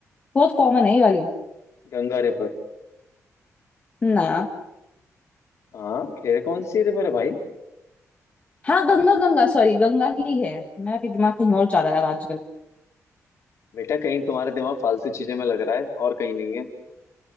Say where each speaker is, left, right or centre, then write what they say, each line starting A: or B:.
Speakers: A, on the left; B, on the left.
A: बहुत कॉमन है ये वाली
B: गंगा रिवर
A: ना
B: हाँ फिर कौन सी रिवर है भाई
A: हाँ गंगा गंगा सॉरी गंगा ही है मेरा कि दिमाग कहीं और जा रहा है आजकल
B: बेटा कहीं तुम्हारा दिमाग फालतू चीजों में लग रहा है और कहीं नहीं है